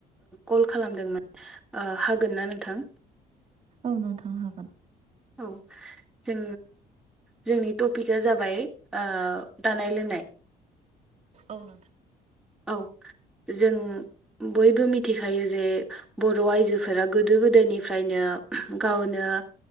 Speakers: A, in the centre; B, on the right (about 40°).
A: कल खालामदोंमोन हागोननाा नोंथां
B: औनाव थांनो हागोन
A: औ जों जोंनि टपिकआ जाबाय दानाय लोंनाय
B: औ न
A: औ जों बयबो मिथिखायो जे बर' आइजोफोरा गोदो गोदायनिफ्रायनो गावनो